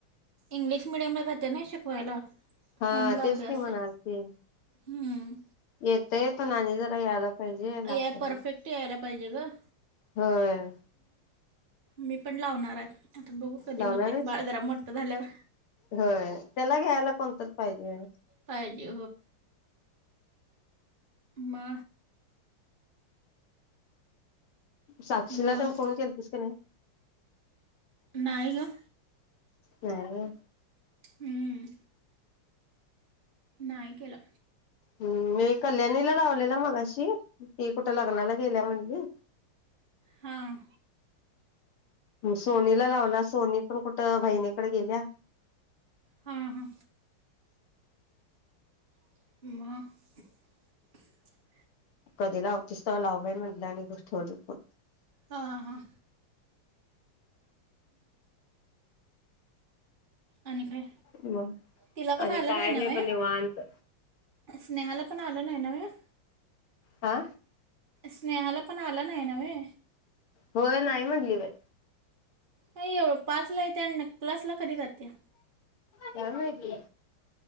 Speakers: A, on the right; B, on the left.
A: इंग्लिश मिडियमला जात्या नई शिकवायला
B: हा
A: म्हणून लावली
B: तेच
A: असेल
B: कि म्हणालती
A: हम्म,
B: येतंय पण आणि जरा यायला पाहिजे, लागतयं
A: या परफेक्ट
B: म्हणून
A: यायला पाहिजे गं
B: होय.
A: मी पण लावणारात. आता बघू कधी
B: लावणार
A: होतंय
B: आहेस
A: बाळ जरा मोठ झाल्यावर
B: होय. त्याला घ्यायला कोणतर पाहिजे. होय
A: पाहिजे म
B: साक्षीला
A: मग
B: तेन फोन केलतीस की नइ?
A: नाय गं.
B: काय गं?
A: हम्म, नाही. केलं
B: हम्म. मी कल्याणीला लावलेला मगाशी, ती कुठं लग्नाला गेल्या म्हणली
A: हां
B: सोनीला लावला, सोनी पण कुठं बहिणीकडे गेल्या
A: हां हां मग
B: कधी लावतीस तेव्हा लाव बाई म्हंटलं आणि ठेवलो फोन.
A: हां हां आणि काय
B: मग
A: तिला पण
B: आणि
A: आलं
B: काय नाही
A: ना वय
B: बघ निवांत.
A: स्नेहाला पण आलं नाही नव्हे.
B: हा.
A: स्नेहाला पण आलं नाही नव्हे.
B: होय नाही म्हटली बाई.
A: नाही एव पाचला येते आणि न क्लासला कधी जाते.
B: काय माहिती?